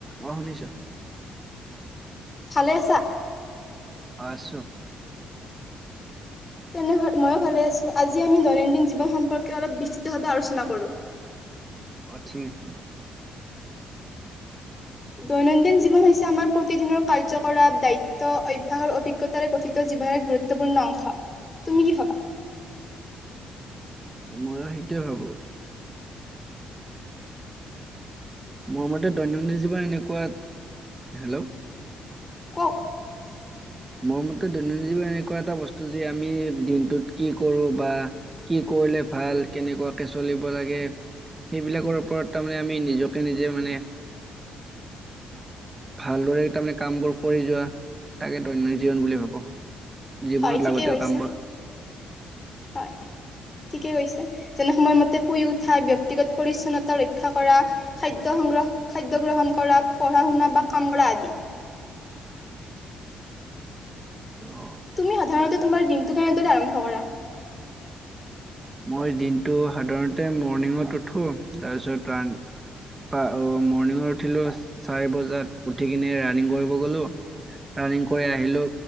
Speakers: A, on the right; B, on the left.
A: অ শুনিছ।
B: ভালে আছা।
A: আছোঁ।
B: তেনেহ ময়ো ভালে আছো আজি আমি দৈনন্দিন জীৱন সম্পৰ্ক? কে অলপ বিস্তৃতভাৱে আলোচনা কৰো।
A: অ ঠিক আছে
B: দৈনন্দিন জীৱন হৈছে আমাৰ প্ৰতিদিনৰ কাৰ্যকলাপ দায়িত্ব অভ্যাস আৰু অভিজ্ঞতাৰে গঠিত জীৱনৰ এক গুৰুত্বপূৰ্ণ অংশ। তুমি কি ভবা?
A: মই আৰু সেইটোৱে ভাবো। মোৰ মতে দৈনন্দিন জীৱন এনেকুৱা, হেল্ল'
B: কওঁক।
A: মোৰ মতে দৈনন্দিন জীৱন এনেকুৱা এটা বস্তু যে আমি দিনটোত কি কৰো বা কি কৰিলে ভাল কেনেকুৱাকে চলিব লাগে, সেইবিলাকৰ ওপৰত তাৰমানে আমি নিজকে নিজে মানে? ভালদৰে তাৰমানে কামবোৰ কৰি যোৱা তাকে দৈনন্দিন জীৱন বুলি ভাবো। জীৱনত
B: হয় ঠিকেই
A: লাগতিয়াল
B: কৈছে,
A: কামবোৰ।
B: হয় ঠিকেই কৈছে, যেনে সময়মতে শুই উঠা ব্যক্তিগত পৰিচ্ছন্নতা ৰক্ষা কৰা, খাদ্য সংগ্ৰহ, খাদ্য গ্ৰহণ কৰা, পঢ়া শুনা বা কাম কৰা আদি।
A: অ
B: তুমি সাধাৰণতে তোমাৰ দিনটো কেনেদৰে আৰম্ভ কৰা।
A: মই দিনটো সাধাৰণতে মৰ্ণিঙত উঠো তাৰপিছত ৰা মৰ্ণিঙত উঠিলো চাৰি বজাত উঠি কিনে ৰানিং কৰিব গলো ৰানিং কৰি আহিলো